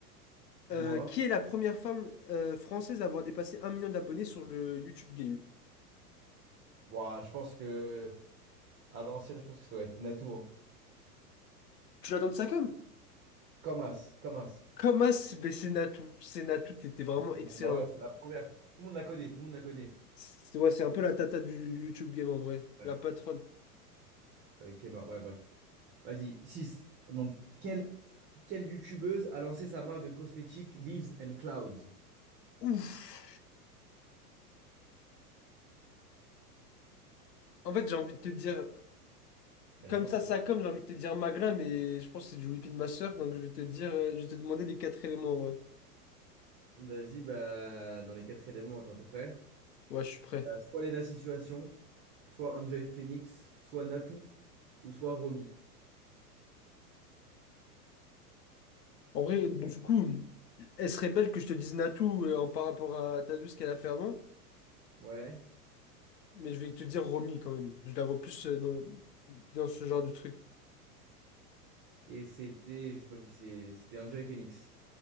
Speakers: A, on the right (about 25°); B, on the left (about 90°).
A: Dis-moi.
B: Euh, qui est la première femme euh, française à avoir dépassé un million d'abonnés sur le YouTube Game?
A: Bon, je pense que à l'ancienne, je pense que ça doit être Natou. Hein.
B: Tu l'attends de ça comme?
A: Comme As, comme As.
B: Comme mais c'est Natou. C'est Natou, t'étais vraiment
A: Et
B: excellent.
A: bon, bah ouais, c'est la première. Tout le monde la connaît, tout le monde la connaît.
B: C'est ouais, c'est un peu la tata du, du YouTube Game en vrai.
A: Ouais.
B: La patronne.
A: Avec Kema, ouais, bref. Vas-y, 6 Donc, quelle, quelle youtubeuse a lancé sa marque de cosmétiques Leaves and Clouds?
B: Ouf! En fait, j'ai envie de te dire,
A: Elle
B: comme
A: est corsée.
B: ça, ça comme, j'ai envie de te dire Magla, mais je pense que c'est du Whipping Master, donc je vais te dire, euh, je vais te demander les quatre éléments en vrai.
A: Vas-y, bah, dans les quatre éléments, attends, t'es prêt?
B: Ouais, je suis prêt.
A: Euh, Soit Lena Situation, soit Enjoy Phoenix, soit Natou, ou soit Romy.
B: En vrai, bon, du coup, elle serait belle que je te dise Natou euh, en- par rapport à... T'as vu ce qu'elle a fait avant?
A: Ouais.
B: Mais je vais te dire Romy quand même. Je la vois plus euh, dans, dans ce genre de truc.
A: Et c'était, je sais pas qui c'est, c'était Enjoy Phoenix.